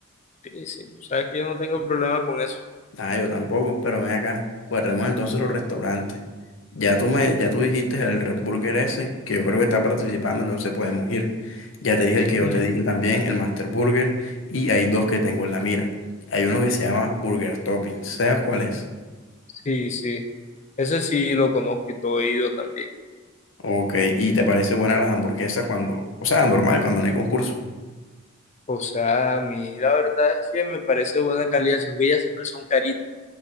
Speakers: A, on the left; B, on the left.
A: Sí, sí. Tú Sabes que yo no tengo problema con eso.
B: Ah, yo tampoco, pero ven acá. Cuadremos entonces los restaurantes. Ya tú me, ya tú dijiste el Red Burger ese, que yo creo que está participando, entonces podemos ir. Ya te dije el que yo
A: Mm,
B: te dije también, el Master Burger, y hay dos que tengo en la mira. Hay uno que se llama Burger Topping. ¿Sabes cuál es?
A: Sí, sí. Ese sí lo conozco y todo he ido también.
B: Ok, ¿y te parece buena las hamburguesas cuando, o sea, normal, cuando no hay concurso?
A: O sea, a mí la verdad es que me parece buena calidad, aunque ellas siempre son caritas.